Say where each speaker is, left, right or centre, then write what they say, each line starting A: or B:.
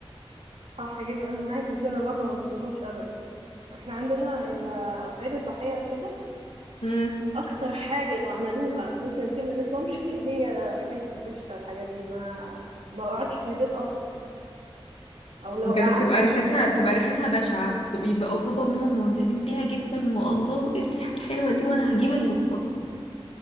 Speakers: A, on the right; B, on the left.
A: صح جدا انا معاك ازاي انا برضه ما باكلهمش ابدا احنا عندنا اما في عيد الضحيه وكده
B: امم
A: اكتر حاجه لو عملوها ممكن اسيب البيت وامشي هي حكايه الفشه والحاجات دي ما ما اقعدش في البيت اصلا او لو
B: بجد
A: قعدت
B: بتبقى
A: هطلب
B: ريحتها
A: من بره
B: بتبقى ريحتها بشعة بت- بيبقى بابا وماما معجبين بيها جدا والله وايه الريحة الحلوة دي وانا هجيب اللفات